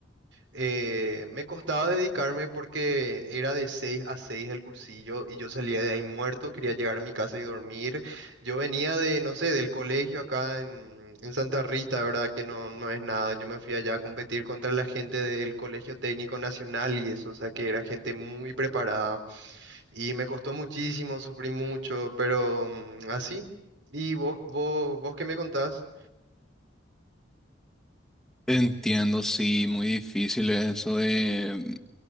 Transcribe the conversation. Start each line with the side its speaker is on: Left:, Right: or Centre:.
Right: eh, me costaba dedicarme porque era de 6 a 6 el cursillo y yo salía de ahí muerto, quería llegar a mi casa y dormir. Yo venía de, no sé, del colegio acá en, en Santa Rita, ¿verdad? Que no, no es nada. Yo me fui allá a competir contra la gente del Colegio Técnico Nacional y eso, o sea, que era gente muy preparada y me costó muchísimo, sufrí mucho, pero mm, así. ¿Y vos, vos, vos qué me contás?
Centre: Entiendo, sí, muy difícil es eso de mm,